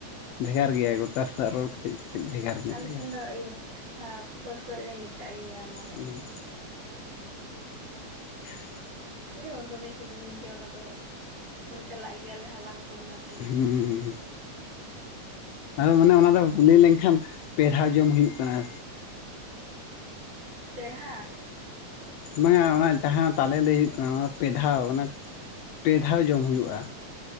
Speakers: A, on the left; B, on the right.
A: ᱵᱷᱮᱜᱟᱨ ᱜᱮᱭᱟ ᱜᱚᱴᱟ ᱥᱮᱱᱟᱜ
B: ᱦᱳᱭ
A: ᱨᱚᱲ
B: ᱦᱳᱭ
A: ᱠᱟᱹᱴᱤᱡ ᱠᱟᱹᱴᱤᱡ ᱵᱷᱮᱜᱟᱨ ᱧᱚᱜ
B: ᱟᱞᱮ
A: ᱜᱮᱭᱟ
B: ᱥᱮᱱ ᱫᱚ ᱤᱭᱟᱹ ᱯᱚᱴ ᱠᱚᱡ ᱞᱮ ᱢᱮᱛᱟᱜ ᱜᱮᱭᱟ ᱚᱱᱟ ᱫᱚ
A: ᱦᱩᱸ <inaudible>
B: ᱦ ᱫᱚᱢᱮ ᱥᱤᱵᱤᱞᱤᱧ ᱜᱮᱭᱟ ᱚᱱᱟ ᱫᱚ ᱚᱸᱰᱮ ᱪᱟᱞᱟᱜ ᱜᱮᱭᱟᱞᱮ ᱦᱟᱞᱟᱝ ᱠᱚ ᱚᱱᱟ ᱠᱚ
A: ᱦᱩᱸ ᱟᱫᱚ ᱢᱟᱱᱮ ᱚᱱᱟ ᱫᱚ ᱞᱟᱹᱭ ᱞᱮᱱᱠᱷᱟᱱ ᱯᱮᱦᱟᱣ ᱡᱚᱢ ᱦᱩᱭᱩᱜ ᱠᱟᱱᱟ
B: ᱯᱮᱲᱦᱟ
A: ᱵᱟᱝᱟ ᱚᱱᱟ ᱡᱟᱦᱟᱸ ᱛᱟᱞᱮ ᱞᱟᱹᱭ ᱦᱩᱭᱩᱜ ᱠᱟᱱᱟ ᱚᱱᱟ ᱯᱮ ᱫᱷᱟᱣ ᱢᱟᱱᱮ ᱯᱮ ᱫᱷᱟᱣ ᱡᱚᱢ ᱦᱩᱭᱩᱜᱼᱟ
B: ᱚ